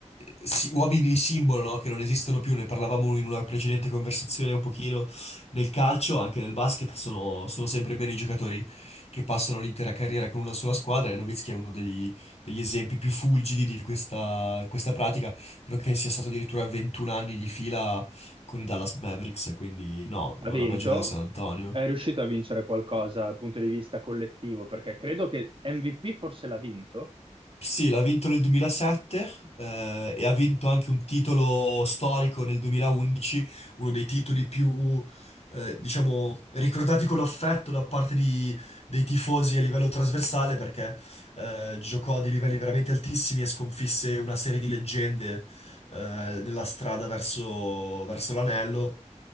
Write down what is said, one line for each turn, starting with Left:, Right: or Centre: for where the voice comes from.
Left: si- uomini simbolo, no? Che non esistono più, ne parlavamo in una precedente conversazione un pochino nel calcio, anche nel basket, sono, sono sempre bene i giocatori che passano l'intera carriera con una sola squadra e Nowitzki è uno degli, degli esempi più fulgidi di questa questa pratica. Credo che sia stato addirittura 21 anni di fila con i Dallas Mavericks, quindi no, non
Right: Ha vinto,
Left: ha mai giocato a San Antonio.
Right: è riuscito a vincere qualcosa dal punto di vista collettivo, perché credo che MVP forse l'ha vinto.
Left: Sì, l'ha vinto nel 2007 eh, e ha vinto anche un titolo storico nel 2011, uno dei titoli più, eh, diciamo, ricordati con affetto da parte di- dei tifosi a livello trasversale perché eh, giocò a dei livelli veramente altissimi e sconfisse una serie di leggende eh, nella strada verso, verso l'anello,